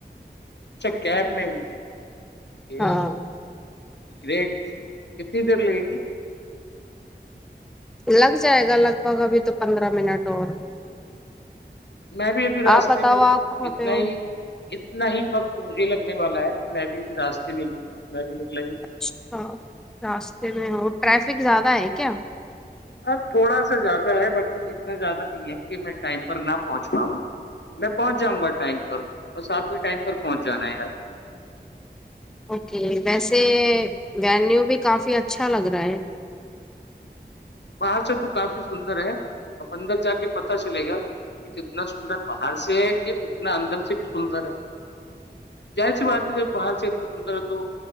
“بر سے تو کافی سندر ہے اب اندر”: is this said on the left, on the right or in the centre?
Left